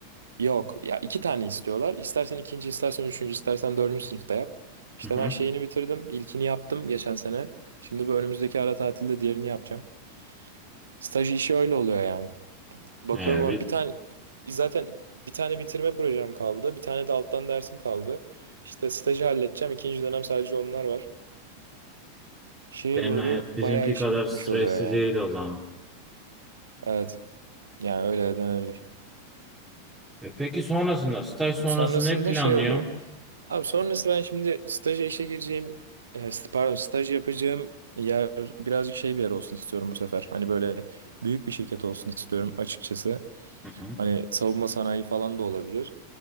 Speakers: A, on the right (about 70°); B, in the centre.
A: Yok ya iki tane istiyorlar. İstersen ikinci, istersen üçüncü, istersen dördüncü sınıfta yap. İşte
B: Hı hı.
A: ben şeyini bitirdim. İlkini yaptım geçen sene. Şimdi bu önümüzdeki ara tatilde diğerini yapacağım. Staj işi öyle oluyor yani. Bakalım
B: Ee,
A: ama
B: bi-
A: bir tane zaten bir tane bitirme projem kaldı. Bir tane de alttan dersim kaldı. İşte stajı halledeceğim. İkinci dönem sadece onlar var. Şeye
B: senin
A: doğru
B: hayat
A: bayağı
B: bizimki
A: işim
B: kadar
A: bitmiş
B: stresli
A: oluyor yani.
B: değil o zaman.
A: Evet. Yani öyle denebilir.
B: E peki sonrasında, staj sonrası
A: Sonrasında
B: ne planlıyorsun?
A: şey oluyor. Abi sonrasında ben şimdi staja işe gireceğim, e, st- pardon staj yapacağım yer birazcık şey bir yer olsun istiyorum bu sefer. Hani böyle büyük bir şirket olsun istiyorum açıkçası.
B: Hı hı.
A: Hani savunma sanayi falan da olabilir.